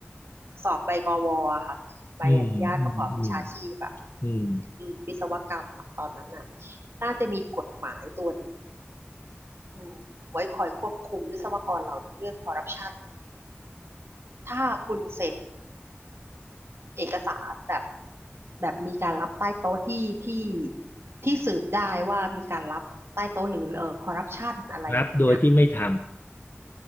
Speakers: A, on the right; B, on the left.
A: สอบใบกวอะค่ะใบอนุญาตประกอบวิชาชีพอบบ
B: อืมอืมอืมอืม
A: อืมวิศวกรรมอะตอนนั้นน่ะน่าจะมีกฎหมายตัวหนึ่งอืมไว้คอยควบคุมวิศวกรเหล่านี้เรื่องคอร์รัปชันถ้าคุณเซ็นเอกสารแบบแบบมีการรับใต้โต๊ะที่ที่ที่สืบได้ว่ามีการรับใต้โต๊ะหรือเออคอร์รัปชันอะไรอย่างเงี้ย
B: รับโดยที่ไม่ท